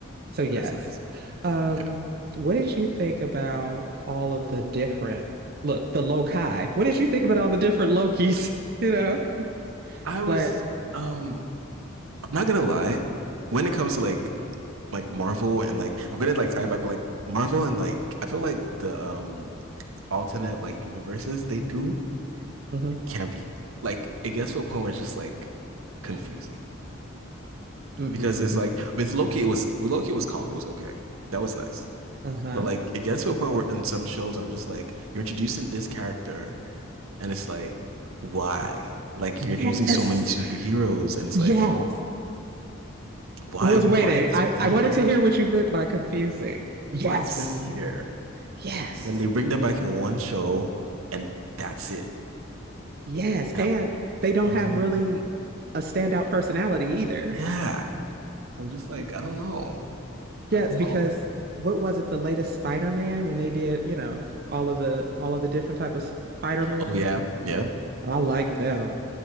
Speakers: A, on the right (about 45°); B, on the right (about 85°).
A: So yes.
B: That's nice.
A: Um
B: Yeah.
A: what did you think about all of the different look, the Loki? What did you think about all the different Lokis, <laughs> you know?
B: I was
A: Like
B: um I'm not gonna lie, when it comes to like like Marvel and like I'm gonna like tie it back, but like Marvel and like I feel like the um alternate like universes they do
A: mhm.
B: can be like it gets to a point where it's just like confusing
A: Mm-hmm.
B: because it's like with Loki it was with Loki it was calm it was okay that was nice
A: Uh-huh.
B: but like it gets to a point where in some shows I'm just like you're introducing this character and it's like why like
A: Yes.
B: you're introducing so many superheroes and it's
A: Yes.
B: like why
A: I was
B: are we
A: waiting.
B: why is this
A: I,
B: person
A: I wanted
B: here
A: to hear what you meant by confusing. Yes.
B: why is this person here
A: Yes.
B: and then they bring them back in one show and that's it
A: Yes. And
B: and I'm like
A: they don't
B: there
A: have
B: was no need
A: really
B: for this
A: a standout personality either.
B: yeah so I'm just like I don't know
A: Yes,
B: I don't
A: because
B: know.
A: what was it, the latest Spider-Man when they did, you know, all of the all of the different type of Spider-Man?
B: Oh yeah, yeah.
A: I like them.